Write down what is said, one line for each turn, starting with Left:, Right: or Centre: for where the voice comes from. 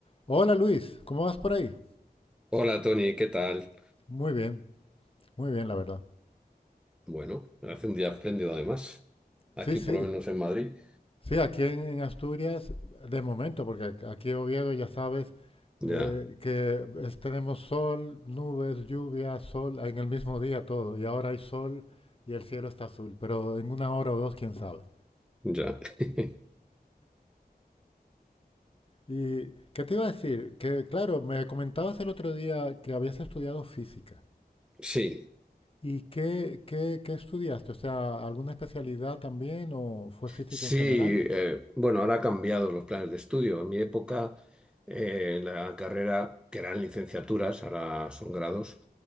Left: Hola Luis, ¿cómo vas por ahí?
Centre: Hola Tony, ¿qué tal?
Left: Muy bien, muy bien, la verdad.
Centre: Bueno, hace un día espléndido además. Aquí
Left: Sí, sí,
Centre: por lo menos en Madrid.
Left: sí, aquí en, en Asturias, de momento, porque ac- aquí en Oviedo ya sabes
Centre: Ya,
Left: eh, que es- tenemos sol, nubes, lluvia, sol, en el mismo día todo, y ahora hay sol y el cielo está azul, pero en una hora o dos, quién sabe.
Centre: ya. <laughs>
Left: ¿Y qué te iba a decir? Que claro, me comentabas el otro día que habías estudiado física.
Centre: Sí,
Left: ¿Y qué, qué, qué estudiaste? O sea, ¿alguna especialidad también o fue física
Centre: sí.
Left: en general?
Centre: eh, bueno, ahora ha cambiado los planes de estudio. En mi época, eh, la carrera, que eran licenciaturas, ahora son grados,